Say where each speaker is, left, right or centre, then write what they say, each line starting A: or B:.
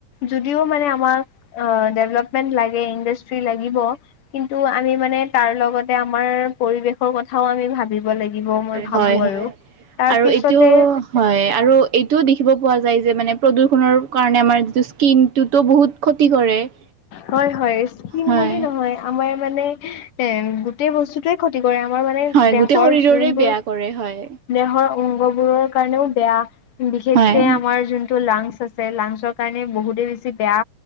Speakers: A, on the left; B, on the right.
A: যদিও মানে আমাক ডেভলপমেণ্ট লাগ ইণ্ডাষ্ট্ৰি লাগিব। কিন্তু আমি মানে তাৰ লগতে আমাৰ পৰিৱেশৰ কথাও আমি ভাবিব লাগিব। মই ভাবো
B: হয়, হয়
A: আৰু। তাৰ
B: আৰু
A: পিছতে
B: এইটো হয় আৰু। এইটোও দেখিব পোৱা যায় যে মানে প্ৰদূষণৰ কাৰণে আমাৰ যিটো স্কিন টোতো বহুত ক্ষতি কৰে। <inaudible>
A: হয়, হয়, স্কিম
B: হয়
A: বুলি নহয় আমাৰ মানে এ, গোটেই বস্তু <unintelligible> ক্ষতি কৰে আমাৰ মানে
B: হয়
A: দেহৰ
B: গোটেই শৰীৰৰে
A: যোনবোৰ
B: বেয়া কৰে হয়
A: দেহৰ অংগ বোৰৰ কাৰণেও বেয়া বিশেষকে
B: হয়
A: আমাৰ যোনটো লাংচ আছে। লাংচৰ কাৰণে বহুতে বেছি বেয়া